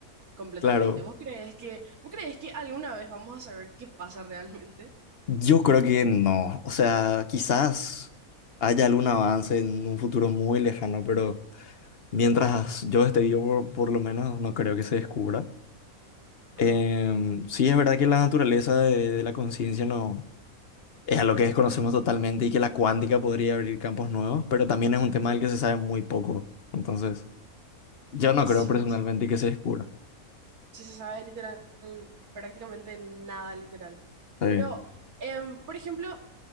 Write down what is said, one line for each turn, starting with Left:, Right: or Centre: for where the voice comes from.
Right: completamente.
Left: Claro,
Right: ¿Vos crees que, vos crees que alguna vez vamos a saber qué pasa realmente?
Left: yo creo que no. O sea, quizás haya algún avance en un futuro muy lejano, pero mientras yo esté vivo, por, por lo menos no creo que se descubra.
Right: Ajá,
Left: Em, sí, es verdad que la naturaleza de, de la conciencia no es algo que desconocemos totalmente y que la cuántica podría abrir campos nuevos, pero también es un tema
Right: sí.
Left: del que se sabe muy poco. Entonces, yo no
Right: Sí,
Left: creo personalmente
Right: no se
Left: que se descubra.
Right: sí se sabe literal, prácticamente nada literal.
Left: Sí.
Right: Pero, em, por ejemplo,